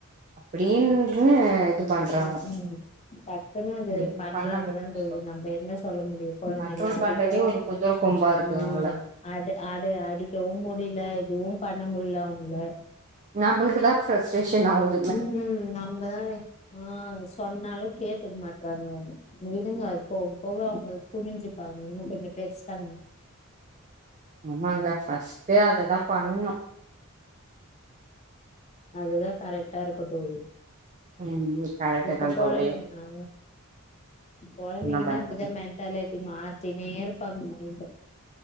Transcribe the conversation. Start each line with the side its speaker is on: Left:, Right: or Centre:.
Right: அப்டின்னு இது பண்றாங்க
Left: ம் ம் டக்குன்னு அது
Right: எதுவு
Left: பண்றாங்கதா
Right: பண்ண முடியல
Left: தோழி நம்ப என்ன சொல்ல முடியு கொழந்தைகள
Right: கண்ட்ரோல்
Left: அடிக்கவு
Right: பண்றதே ஒரு குதிர கொம்பா இருக்கு
Left: ஆ
Right: இவங்கள
Left: அத அத அடிக்கவு முடில இதுவு பண்ண முல்ல அவுங்கள
Right: நம்மளுக்குதா பிரஸ்ட்ரேஷன் ஆகுது
Left: ம் நம்மதா அ சொன்னாலு கேட்டுக்க மாட்டறாங்க ஒண்ணு விடுங்க அது போக போக அவுங்க புரிஞ்சு பாங்கன்ன <unintelligible> பெருசா
Right: ஆமாங்க பஸ்ட்டே அததா பண்ணு
Left: அதுதா கரெக்டா இருக்கு தோழி
Right: ம் கரெக்ட்
Left: இப்போ
Right: தா
Left: போயிந்த
Right: தோழி
Left: ஆ கொழந்தங்கின்னா
Right: என்ன பண்றது
Left: அப்டிதா மே <unintelligible> மாத்தினே இருப்பானுங்க மைன்ட